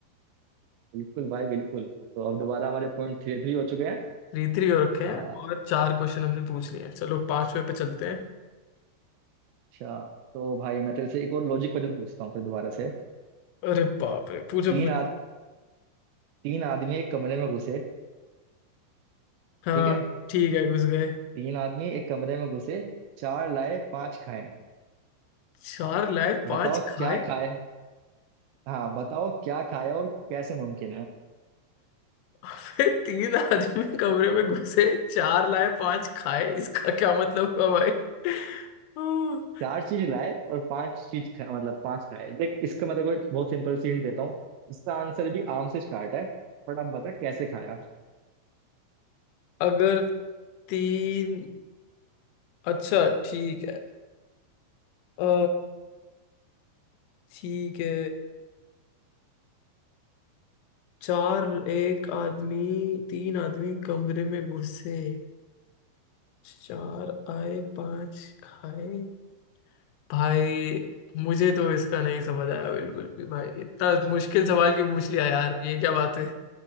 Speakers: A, on the right; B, on the left.
A: बिल्कुल भाई बिल्कुल तो अब दोबारा हमारे पॉइंट थ्री थ्री हो चुके हैं
B: थ्री थ्री हो रखे
A: आ,
B: हैं और चार क्वेश्चन हमने पूछ लिए हैं चलो पांचवे पे चलते हैं
A: अच्छा तो भाई मैं तेरे से एक और लॉजिक पजल पूछता हूँ फिर दोबारा से
B: अरे बाप रे पूछो
A: तीन
B: पूछो
A: आद तीन आदमी एक कमरे में घुसे
B: हाँ
A: ठीक है
B: ठीक है घुस गए
A: तीन आदमी एक कमरे में घुसे चार लाए पांच खाए
B: चार लाए पांच
A: बताओ
B: खाए
A: क्या खाए हाँ बताओ क्या खाया और कैसे मुमकिन है
B: फिर तीन आदमी कमरे में घुसे चार लाए पांच खाए इसका क्या मतलब हुआ भाई हम्म,
A: चार चीज लाए और पांच चीज खाए मतलब पांच खाए देख इसका मतलब एक बहुत सिंपल सीन देता हूँ इसका आंसर भी आम से स्टार्ट है बट आप बता कैसे खाया
B: अगर तीन अच्छा ठीक है अ, ठीक है चार एक आदमी तीन आदमी कमरे में घुसे चार आए पांच खाए भाई मुझे तो इसका नहीं समझ आया बिल्कुल भी भाई इतना मुश्किल सवाल क्यों पूछ लिया यार ये क्या बात है